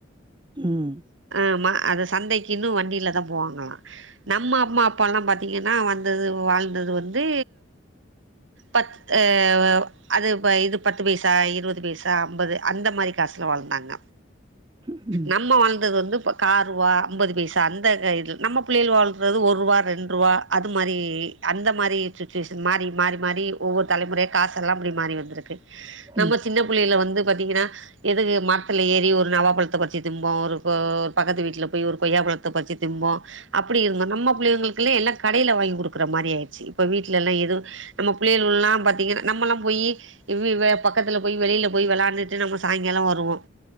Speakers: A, on the right (about 25°); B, on the right (about 80°).
A: உம்
B: ஆமா அத சந்தைக்குன்னும் வண்டியில தான் போவாங்களாம் நம்ம அம்மா அப்ப எல்லா பாத்தீங்கன்னா வந்தது வாழ்ந்தது வந்து பத் அஹ் அ அது இப்ப இது பத்து பைசா, இருபது பைசா, அம்பது அந்த மாறி காசுல வாழ்ந்தாங்க
A: ம்
B: நம்ம வாழ்ந்தது வந்து ப்ப காரூவா, அம்பது பைசா அந்த இதில் நம்ம பிள்ளைகள் வாழ்றது ஒருவா, ரெண்ட்ரூவா அது மாறி அந்த மாறி சுட்டுவேஷன் மாறி மாறி மாறி ஒவ்வொரு தலைமுறையா காசெல்லா அப்டி மாறி வந்திருக்கு
A: ம்
B: நம்ம சின்ன பிள்ளையில வந்து பாத்தீங்கன்னா எதுக்கு மரத்துல ஏறி ஒரு நவாப்பழத்தை பறிச்சு திம்போம் ஒரு ஒர் பக்கத்து வீட்ல போய் ஒரு கொய்யா பழத்தை பறிச்சி திம்போம். அப்படி இருந்தம் நம்ம பிள்ளைங்களுக்குல்லே எல்லாக் கடைல வாங்கி குடுக்கு டுகிரமாரி யாயிருச்சி ப்ப வீட்லல்லாம் எதும் நம்ம ப் புள்ளேளலாம் பாத்திங்கன்னா நம்மெல்லாம் போயி இவ்வ இவ பக்கத்துல போயி வெளியில போய் வெளையாண்டுட்டு நம்ம சாயங்காலம் வருவோம்.